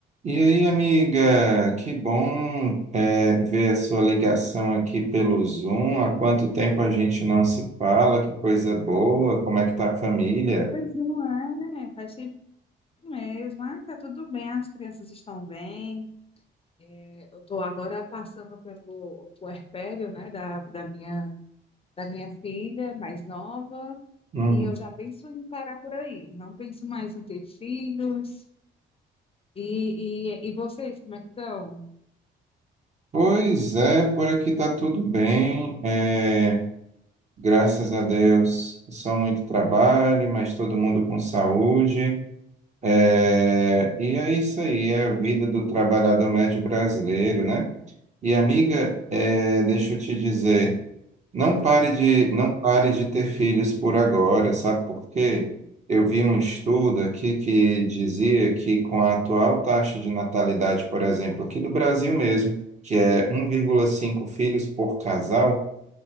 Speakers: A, on the right (about 35°); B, on the left (about 30°).
A: E aí, amiga, que bom é, ver a sua ligação aqui pelo Zoom. Há quanto tempo a gente não se fala? Que coisa boa! Como é que tá a família?
B: Não é, faz tempo mesmo. Ah, tá tudo bem, as crianças estão bem. É, Eu tô agora passando pelo puerpério, né, da, da minha, da minha filha mais nova,
A: Uhum.
B: e eu já penso em parar por aí. Não penso mais em ter filhos. E, e, e vocês, como é que estão?
A: Pois é, por aqui tá tudo bem. é, graças a Deus, só muito trabalho, mas todo mundo com saúde. É, e é isso aí, é a vida do trabalhador médio brasileiro, né? E amiga, é, deixa eu te dizer, não pare de, não pare de ter filhos por agora, sabe por quê? Eu vi um estudo aqui que dizia que com a atual taxa de natalidade, por exemplo, aqui do Brasil mesmo, que é 1,5 filhos por casal,